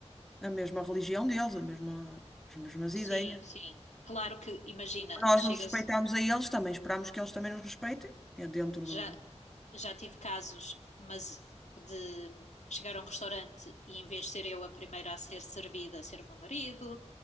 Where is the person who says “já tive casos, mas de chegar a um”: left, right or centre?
Left